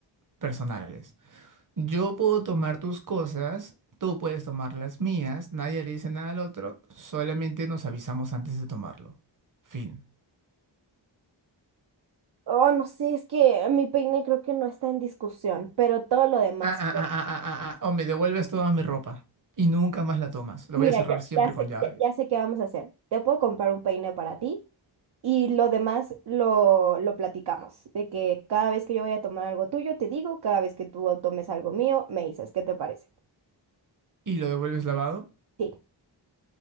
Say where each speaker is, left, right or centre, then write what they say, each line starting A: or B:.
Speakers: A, on the right; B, on the right.
A: personales. Yo puedo tomar tus cosas, tú puedes tomar las mías, nadie le dice nada al otro, solamente nos avisamos antes de tomarlo. Fin.
B: Oh, no sé, es que mi peine creo que no está en discusión, pero todo lo demás.
A: Ah, ah,
B: pues,
A: ah, ah, ah, ah, ah, O me devuelves toda mi ropa y nunca más la tomas. Lo
B: Mira,
A: voy a cerrar
B: ya,
A: siempre
B: ya sé,
A: con llave.
B: ya, ya sé qué vamos a hacer. Te puedo comprar un peine para ti y lo demás lo, lo platicamos. De que cada vez que yo vaya a tomar algo tuyo, te digo, cada vez que tú tomes algo mío, me dices, ¿qué te parece?
A: ¿Y lo devuelves lavado?
B: Sí,